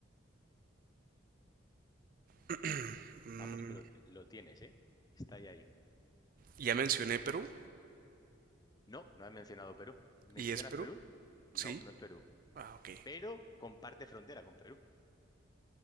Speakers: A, on the right; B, on the left.
A: <clears throat> Mm,
B: Vamos, que lo, lo tienes, ¿eh? Está ahí, ahí.
A: ya mencioné Perú.
B: No, no has mencionado Perú. ¿Mencionas
A: ¿Y es Perú?
B: Perú? No,
A: Sí.
B: no es Perú.
A: Ah, ok.
B: Pero comparte frontera con Perú.